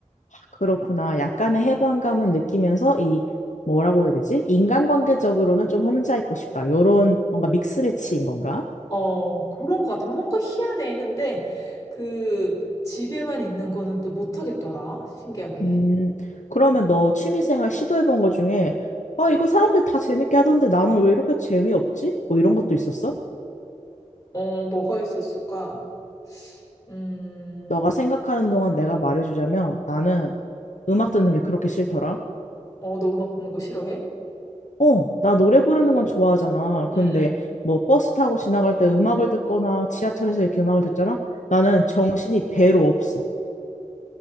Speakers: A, on the left; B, on the left.
A: 그렇구나. 약간의 해방감은 느끼면서 이 뭐라고 해야 되지? 인간관계적으로는 좀 혼자 있고 싶다. 요런 뭔가 믹스매치인 건가?
B: 어, 그런 것 같아. 뭔가 희한해. 근데 그 집에만 있는 거는 또 못하겠더라. 신기하게.
A: 음, 그러면 너 취미생활 시도해본 거 중에 아, 이거 사람들 다 재밌게 하던데 나는 왜 이렇게 재미없지? 뭐 이런 것도 있었어?
B: 어, 뭐가 있었을까? 음,
A: 너가 생각하는 동안 내가 말해주자면 나는
B: 음.
A: 음악 듣는 게 그렇게 싫더라.
B: 어, 너 음악 듣는 거 싫어해?
A: 어, 나 노래 부르는 건 좋아하잖아. 근데
B: 응, 응.
A: 뭐 버스 타고 지나갈 때 음악을 듣거나 지하철에서 이렇게 음악을 듣잖아? 나는
B: 응.
A: 정신이 배로 없어.